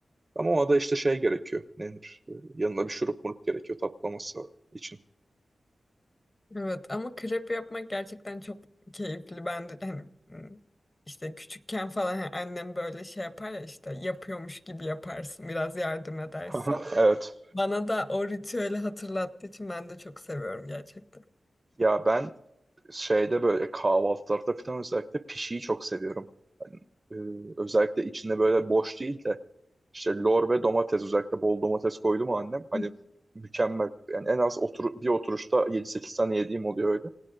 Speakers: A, on the right (about 25°); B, on the left (about 20°).
A: ama ona da işte şey gerekiyor nedir Ee, yanına bir şurup murup gerekiyor tatlaması için
B: Evet, ama krep yapmak gerçekten çok keyifli. Ben de hani ım, işte küçükken falan hani annem böyle şey yapar ya işte yapıyormuş gibi yaparsın biraz yardım edersin.
A: <laughs> evet
B: Bana da o ritüeli hatırlattığı için ben de çok seviyorum gerçekten.
A: ya ben şeyde böyle kahvaltılarda falan özellikle pişiyi çok seviyorum. Yani, e, özellikle içinde böyle boş değil de işte lor ve domates özellikle bol domates koydu mu annem hani
B: Hı
A: mükemmel. Yani en az otur bir oturuşta yedi sekiz tane yediğim oluyor öyle.